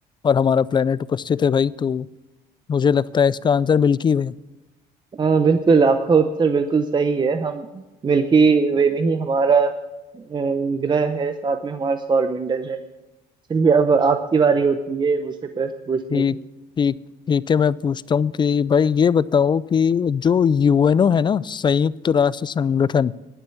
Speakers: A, on the left (about 25°); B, on the right (about 25°).
A: और हमारा प्लेनेट उपस्थित है भाई तो मुझे लगता है इसका आंसर मिल्की वे
B: हाँ, बिल्कुल आपका उत्तर बिल्कुल सही है हम मिल्की वे में ही हमारा अ, ग्रह है साथ में हमारा सौरमंडल है चलिए अब आपकी बारी होती है मुझसे प्रश्न पूछने
A: ठीक
B: की
A: ठीक ठीक है मैं पूछता हूँ कि भाई ये बताओ कि जो यूएनओ है ना संयुक्त राष्ट्र संगठन